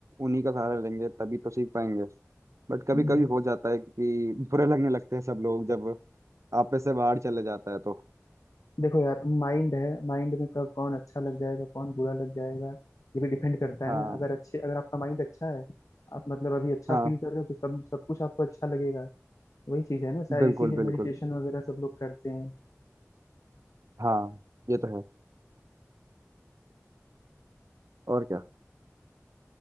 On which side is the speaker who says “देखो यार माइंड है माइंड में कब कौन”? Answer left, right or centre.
Left